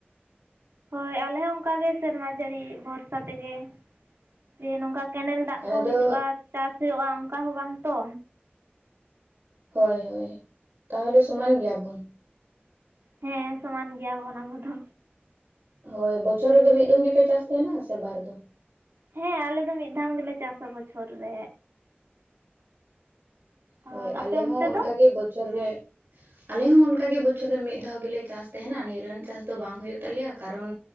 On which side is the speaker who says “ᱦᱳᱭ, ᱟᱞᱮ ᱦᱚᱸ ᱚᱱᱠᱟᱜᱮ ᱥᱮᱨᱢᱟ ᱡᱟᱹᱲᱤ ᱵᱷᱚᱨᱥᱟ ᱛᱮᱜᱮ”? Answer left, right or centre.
Right